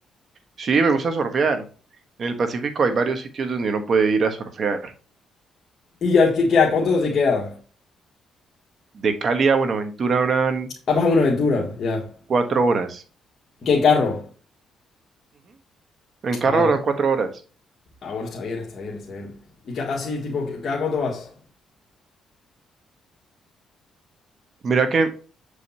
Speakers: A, on the right; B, on the left.
A: Sí, me gusta surfear. En el Pacífico hay varios sitios donde uno puede ir a surfear.
B: ¿Y a, qué, qué- a cuánto te queda?
A: De Cali a Buenaventura habrán
B: Ah, vas a Buenaventura, ya.
A: cuatro horas.
B: ¿Qué en carro?
A: En carro
B: Ah,
A: habrán cuatro horas.
B: ah, bueno, está bien, está bien, está bien. ¿Y ca- así, tipo, cada cuánto vas?
A: Mira que,